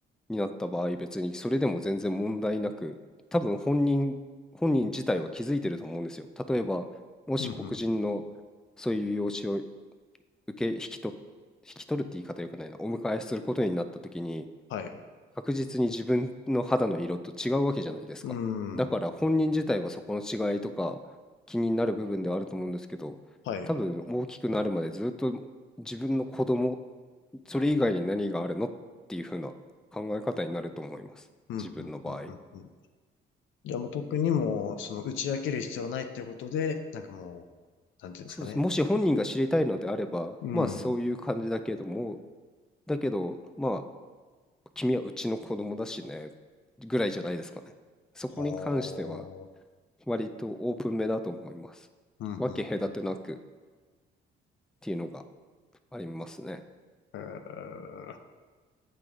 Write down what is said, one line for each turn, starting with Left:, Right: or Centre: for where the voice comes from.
Centre: になった場合、別にそれでも全然問題なく、多分本人、本人自体は気づいてると思うんですよ。例えば、もし黒人の
Left: うんふんふん。
Centre: そういう養子を受け、引き取っ、引き取るって言い方よくないな、お迎えすることになった時に、
Left: はい。う
Centre: 確実に自分の肌の色と違うわけじゃないですか。
Left: ん。
Centre: だから本人自体はそこの違いとか気になる部分ではあると思うんですけど、
Left: はい。
Centre: 多分大きくなるまでずっと自分の子供それ以外に何があるのっていう風な考え方になると思います。
Left: うん、
Centre: 自分の場合。
Left: ふんふんふんふん。じゃあもう特にもう、その打ち明ける必要はないっていうことで、なんかもう、なんていうんですかね。
Centre: そうです。もし本人が知りたいのであれば、
Left: うん。
Centre: まあそういう感じだけども、だけど、まあ、君はうちの子供だしね、ぐらいじゃないですかね。そこに関しては、
Left: はあ。
Centre: 割とオープンめだと思います。
Left: うん、
Centre: 分け隔てなくっ
Left: うん、うん。
Centre: ていうのがありますね。
Left: ええ。